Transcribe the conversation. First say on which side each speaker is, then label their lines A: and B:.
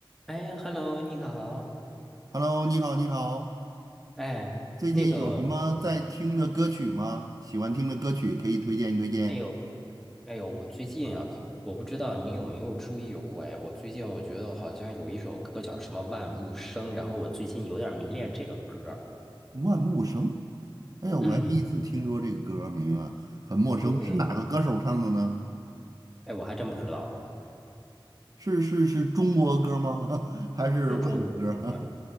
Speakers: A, in the centre; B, on the right (about 40°).
A: 哎，Hello，你好。
B: Hello，你好，你好，
A: 哎，
B: 最近有什么在听的歌曲吗？
A: 那个，
B: 喜欢听的歌曲可以推荐推荐。
A: 哎呦，哎呦，我最近啊，我不知道你有没有注意过，哎，我最近我觉得好像有一首歌叫什么《万物生》，然后我最近有点迷恋这个歌儿
B: 万物生，哎呀，我还第一次听说这个歌名啊，
A: 嗯，
B: 很陌生，
A: 对，
B: 是哪个歌手唱的呢？
A: 哎，我还真不知道，
B: 是是是中国歌吗？<laughs> 还是外国歌？
A: 是中国歌。